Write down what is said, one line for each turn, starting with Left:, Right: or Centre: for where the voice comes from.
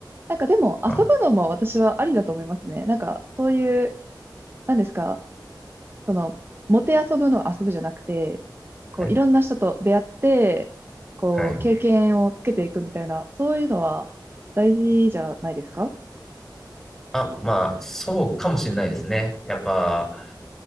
Right: なんかでも、遊ぶのも私はありだと思いますね。
Centre: は。
Right: なんか、そういう、なんですか、その、もて遊ぶの遊ぶじゃなくて、こう、
Centre: はい。
Right: いろんな人と出会って、こう、
Centre: はい。
Right: 経験をつけていくみたいな、そういうのは大事じゃないですか
Centre: あ、まあ、そうかもしれないですね。やっぱ、